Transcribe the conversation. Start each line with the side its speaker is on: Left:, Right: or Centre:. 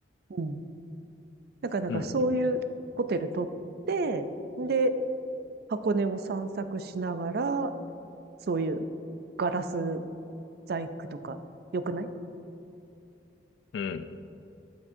Right: うん。だからなんかそういうホテル取って、
Left: うん
Right: で、箱根を散策しながら、そういうガラス細工とか、よくない
Left: うん。うん。